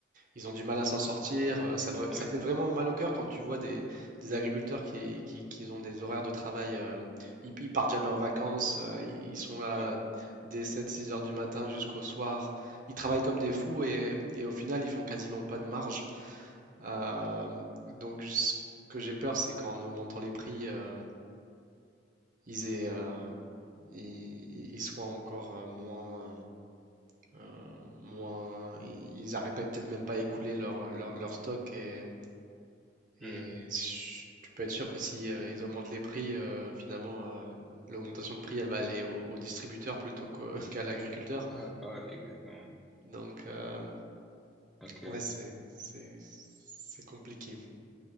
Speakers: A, on the right (about 45°); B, in the centre.
A: Ils ont du mal à s'en sortir. euh, Ça, vra- ça
B: oui,
A: fait vraiment mal au cœur quand tu vois des, des agriculteurs qui, qui, qui ont des horaires de travail. euh, ils, ils partent jamais en vacances. euh, ils ils sont là
B: ouais.
A: dès 7-6 heures du matin jusqu'au soir. Ils travaillent comme des fous et, et au final, ils font quasiment pas de marge. Euh, donc, je- ce que j'ai peur, c'est qu'en augmentant les prix, euh, ils aient, euh, ils, ils- soient encore euh, moins. euh, euh, moins, i- ils arriveraient peut-être même pas à écouler leur, leur, leur stock et, Et
B: Hmm.
A: ch- tu peux être sûr que si euh, ils augmentent les prix, euh, finalement, euh, l'augmentation de prix, elle va aller au, au distributeur plutôt qu'au- <laughs> qu'à l'agriculteur.
B: Ah, ouais, exactement.
A: Donc, euh,
B: Ok,
A: ouais, c'est c'est- c'est compliqué.